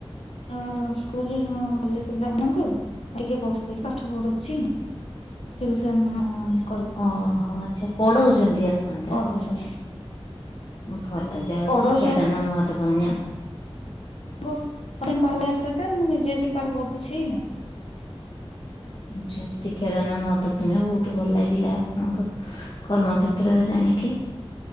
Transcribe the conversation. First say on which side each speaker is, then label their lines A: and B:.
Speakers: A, on the left; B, on the left.
A: ଅ ସ୍କୁଲ <unintelligible> ଟିକେ ବସେଇକି ପାଠ ପଢଉଛି <inaudible> ଟ୍ୱିସନ୍ ଅ
B: ଓହୋ ଆଚ୍ଛା ପଢଉଛନ୍ତି ଆପଣ ତାହେଲେ
A: ପଢଉଛନ୍ତି।
B: ଆଚ୍ଛା। ଭଲ ଯା ହଉ
A: ପଢଉଛ
B: ଶିକ୍ଷାଦାନ ମହତପୁଣ୍ୟ।
A: <unintelligible> କରିବା ସହିତ ମୁଁ ନିଜେ ବି ପାଠ ପଢୁଛି।
B: ଆଛା ଶିକ୍ଷାଦାନ ମହତପୂନ୍ୟ ବହୁତ ଭଲ ଲାଗିଲା ଆପଣଙ୍କ କର୍ମ କ୍ଷେତ୍ରରେ ଜାଣି। ଣିକି